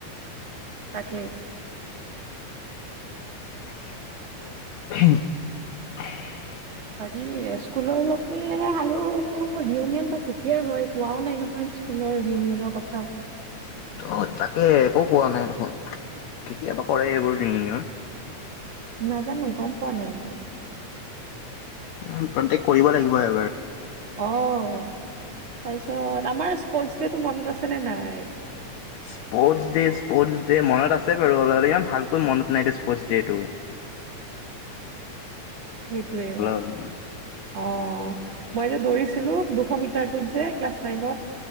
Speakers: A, on the right; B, on the left.
A: তাকে
B: <inaudible>
A: বাকী স্কুলৰ লোকে আৰু ৰিইউনিয়ন বা কেতিয়া হয় কোৱাও নাই নহয় স্কুলৰ ৰিইউনিয়নৰ কথা
B: অ তাকে একো কোৱা নাই দেখোন, কেতিয়াবা কৰে এইবোৰ ৰিইউনিয়ন
A: নাজানো গম পোৱা নাই মই
B: উম কন্টেক কৰিব লাগিব এবাৰ
A: অহ তাৰপিছত, আমাৰ স্প'ৰ্টছ ডেটো মনত আছেনে নাই
B: স্পৰ্টছ ডেচ স্পৰ্টছ ডে' মনত আছে বাৰু অলপ অলপ ইমান ভালকৈ মনত নাই দে স্পৰ্টছ ডে'টো
A: সেইটোৱে,
B: অলপ।
A: অহ মই যে দৌৰিছিলো দুশ মিটাৰটোত যে ক্লাছ নাইনত